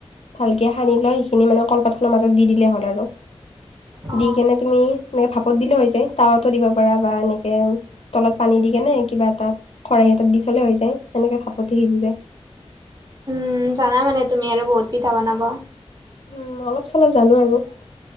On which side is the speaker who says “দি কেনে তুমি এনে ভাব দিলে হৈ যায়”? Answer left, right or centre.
Left